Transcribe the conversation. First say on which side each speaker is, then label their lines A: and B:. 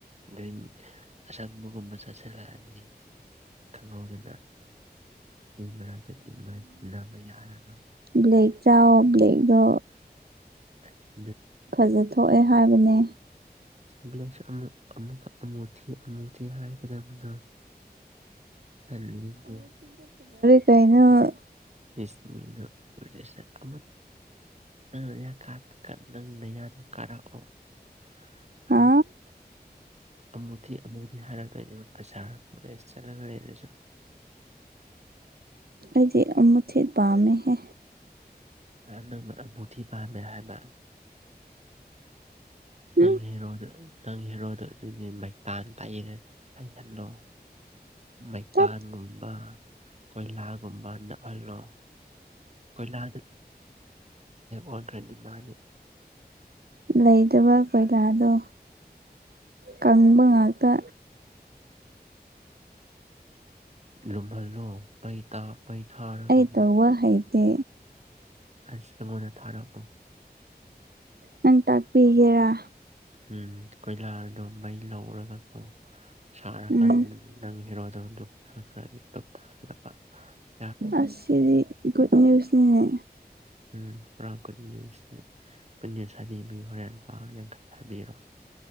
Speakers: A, on the right (about 40°); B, on the right (about 70°).
A: ꯒ꯭ꯔꯤꯟ ꯑꯁꯪꯕꯒꯨꯝꯕ ꯆꯥꯁꯤꯜꯂꯛꯑꯅꯤ ꯈꯪꯍꯧꯗꯅ ꯃꯤ ꯃꯔꯛꯇꯕ ꯇꯤꯟꯅꯕ ꯌꯥꯔꯔꯣꯏ
B: ꯕ꯭ꯂꯦꯛꯦꯛ ꯆ ꯕ꯭ꯂꯦꯛꯗ
A: <inaudible>
B: ꯈꯖ ꯊꯣꯛꯑꯦ ꯍꯥꯏꯕꯅꯦ
A: ꯕ꯭ꯂꯦꯛꯁ ꯑꯃꯨꯛ ꯑꯃꯨꯛ ꯑꯃꯨ ꯊꯤ ꯑꯃꯨ ꯊꯤ ꯍꯥꯏ ꯔꯃꯗ ꯇꯂꯅꯣ
B: ꯀꯔꯤꯅꯣ
A: ꯃꯤꯅꯁ <unintelligible> ꯅꯪ ꯀꯥ ꯅꯪ ꯅꯌꯥꯗꯣ ꯀꯥꯔꯛꯑꯣ ꯨ <unintelligible>
B: ꯍꯥ
A: ꯑꯃꯨꯗꯤꯤ ꯑꯃꯨꯗꯤꯤ ꯍꯥꯏꯔꯗꯣꯏꯅꯤ ꯕꯖꯥꯔ ꯀꯣꯂꯦꯖ ꯆꯠꯂꯒ ꯂꯩꯦꯅꯁꯨ
B: ꯑꯩꯗꯤ ꯃꯊꯦꯠ ꯄꯥꯝꯃꯦꯍꯦ
A: ꯑꯅꯕꯨꯙꯤ ꯄꯃꯦ ꯍꯥꯏꯅ ꯅꯪ
B: ꯎꯝ
A: ꯍꯦꯔꯣꯗ ꯅꯪ ꯍꯦꯔꯣꯗ ꯑꯗꯨꯗꯤ ꯃꯩ ꯇꯥꯟ ꯇꯥꯛꯏ ꯇꯍꯜꯂꯣ ꯃꯩꯇꯥꯟꯒꯨꯝꯕ
B: ꯇꯠ
A: ꯀꯣꯏꯂꯥꯒꯨꯝꯕ ꯅꯛꯍꯜꯂꯣ ꯀꯣꯏꯂꯥ ꯑꯣꯗ꯭ꯔꯃꯅꯤ
B: ꯂꯩꯇꯕ ꯀꯣꯏꯂꯥꯗꯣ ꯀꯪꯕ ꯉꯥꯛꯇ
A: ꯂꯨꯝꯍꯜꯂꯣ ꯃꯩ ꯇꯥ ꯃꯩ ꯊꯥꯔꯒ
B: ꯑꯩ ꯇꯧꯕ ꯍꯩꯇꯦ
A: ꯑꯁꯤ ꯑꯩꯉꯣꯟꯗ ꯊꯥꯔꯛꯎ
B: ꯅꯪ ꯇꯥꯛꯄꯤꯒꯦꯔꯥ
A: ꯎ ꯀꯣꯏꯂꯥꯗꯣ ꯃꯩ ꯂꯧꯔꯒꯀꯣ ꯁꯥꯔꯀꯥꯟꯗ
B: ꯎꯝ
A: ꯅꯪ ꯍꯤꯔꯣ ꯔꯨꯞ ꯊ꯭ꯔꯨꯞ ꯊꯙ ꯄ <unintelligible>
B: ꯑꯗꯤ ꯨꯗ ꯅ꯭ꯌꯨꯁꯅꯦ
A: ꯎꯝ ꯄꯨꯔꯥ ꯒꯨꯗ ꯅ꯭ꯌꯨꯁꯅꯦ ꯄꯨꯟꯅ ꯁꯥꯕꯤꯕꯒꯤ ꯍꯣꯔꯦꯟ ꯅꯨꯄꯥ ꯌꯥꯡꯈꯩ ꯊꯥꯕꯤꯔꯣ